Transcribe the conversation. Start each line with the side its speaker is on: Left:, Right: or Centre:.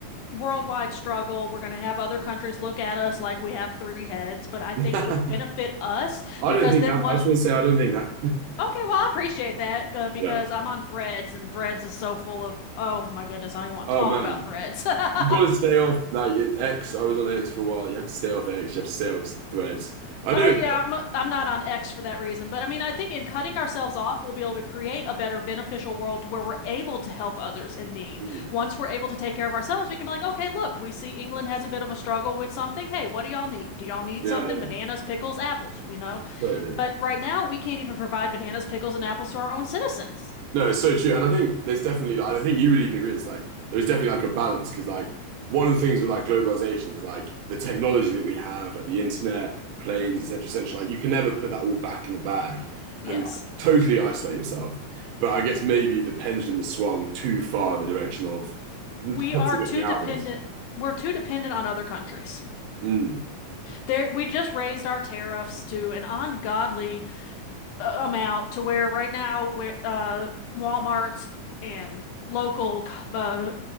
Left: worldwide struggle. We're going to have other countries look at us like we have three heads, but I
Right: <laughs>
Left: think it would benefit us
Right: I
Left: because
Right: don't think
Left: then
Right: that.
Left: once
Right: I just want to say I don't think that.
Left: Okay, well, I appreciate that uh, because
Right: Yeah.
Left: I'm on Threads and Threads is so full of oh my goodness, I don't even want
Right: Oh
Left: to talk
Right: man.
Left: about Threads. <laughs>
Right: You've got to stay off like X. I was on X for a while. You have to stay off X. You have to stay off threads. I
Left: Oh
Right: know.
Left: yeah,
Right: it-
Left: I'm I'm not on X for that reason, but I mean, I think in cutting ourselves off, we'll be able to create a better beneficial world to where we're able to help others in need.
Right: Mm,
Left: Once we're able to take care of ourselves, we can be like, okay, look, we see England has a bit of a struggle with something. Hey, what do y'all need? Do y'all need
Right: yeah,
Left: something?
Right: yeah,
Left: Bananas, pickles, apples, you know?
Right: totally.
Left: But right now, we can't even provide bananas, pickles, and apples to our own citizens.
Right: No, it's so true. And I think there's definitely, like, I think you would even agree, it's like there's definitely like a balance because, like, one of the things with like globalization is like the technology that we have, like the internet, planes, etc., etc. Like, you can never put that all back in the bag
Left: Yes.
Right: and like totally isolate yourself. But I guess maybe the pendulum has swung too far in the direction of
Left: we
Right: constantly
Left: are too
Right: looking outwards.
Left: dependent we're too dependent on other countries.
Right: Mm,
Left: There, we just raised our tariffs to an ungodly uh, amount to where right now we uh, Walmart's and local uh,